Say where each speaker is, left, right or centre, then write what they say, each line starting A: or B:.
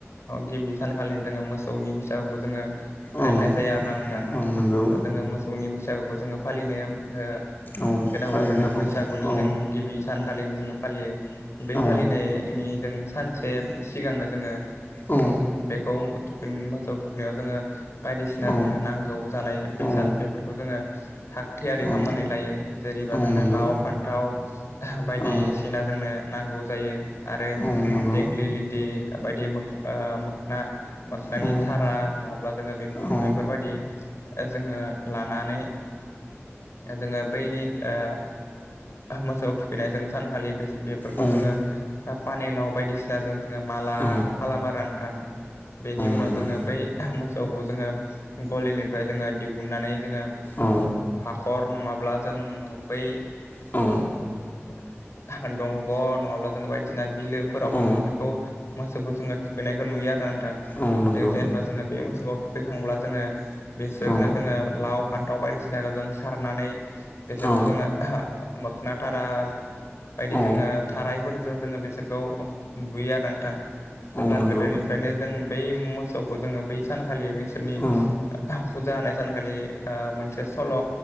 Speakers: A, on the left (about 75°); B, on the left (about 45°).
A: गिबि सानखालिनो जोङो मोसौनि बैसागुखौ जोङो फालिनाय
B: औ
A: जाया आरोना नोंथां
B: औ नंगौ
A: दा जोङो मोसौनि बैसागुखौ जोङो फालिनो ओ
B: औ
A: गोनांब्ला
B: फालिनो
A: जोङो
B: थाखाय
A: बैसागुनि
B: औ
A: जों गिबि सानखालिनो जोङो फालियो। बे
B: औ
A: फालिनायनि जों सानसे सिगांनो जोङो
B: औ
A: बेखौ थुखैन मोसौ थुखैनायाव जोङो बायदिसिना
B: औ
A: जोंनो नांगौ जानाय बेसाद
B: औ
A: बेफोरखौ जोङो थाग थियारि खामनानै
B: औ
A: लायो जेरै इदिबा
B: औ
A: जोंनो
B: नंगौ
A: लाव फान्थाव बायदिसिना
B: औ
A: जोंनो नांगौ जायो आरो
B: औ नंगौ
A: देग्लिलिटि बायदि ओ मो-मोखना मोखनानि
B: औ
A: थारा नङाब्ला जोङो बे
B: औ
A: बेफोरबायदि जोङो लानानै जोङो बैनि ओ मोसौ थुखैनायजों सानखालि बेफोरखौ
B: औ
A: जोङो पानेलाव बायदिसिनाजों जोङो माला
B: औ
A: खालामो आरो नोंथां। बेनि उनाव
B: नंगौ
A: जोङो बै मोस सौखौ जोङो गलिनिफ्राय जोङो दिहुननानै जोङो
B: औ
A: हा ख'र नङाब्ला जों बै
B: औ।
A: दंग नङाब्ला जोङो बायदिसिना बिलोफोरावबो
B: औ
A: जोङो बिखौ मोसौखौ जोङो थुखैनायखौ नुयो आरो नोंथां
B: औ नंगौ
A: बे जेनेबा जोङो बे मो सौखौ थुखैखांब्ला जोङो बिसोरनो
B: औ
A: जोङो लाव फान्थाव बायदिसिनाखौ जों सारनानै बेसोरखौ
B: औ
A: जोङो मोखना थारा बायदि
B: औ
A: जोङो थारायफोर जों बिसोरखौ बुयो नोंथां। जेब्ला
B: औ नंगौ
A: गोदोनिफ्रायनो जों बै मोसौखौ जोङो बै सानखालि बेसोरनि
B: औ
A: फुजा होनाय सानखालि ओ मोनसे सल'